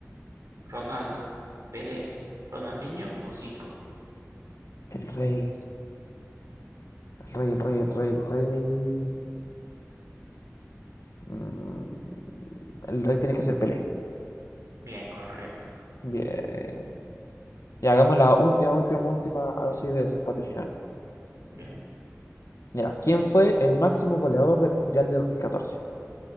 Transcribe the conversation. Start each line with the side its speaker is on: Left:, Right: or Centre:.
Right: Ronaldo, Pelé, Ronaldinho o Zico?
Left: El rey. El rey, el rey, el rey, el rey. Mm, el rey tiene que ser Pelé.
Right: Bien, correcto.
Left: Bien. Y hagamos la última, última, última, así de desempate final.
Right: Bien.
Left: Mira, ¿quién fue el máximo goleador del Mundial de 2014?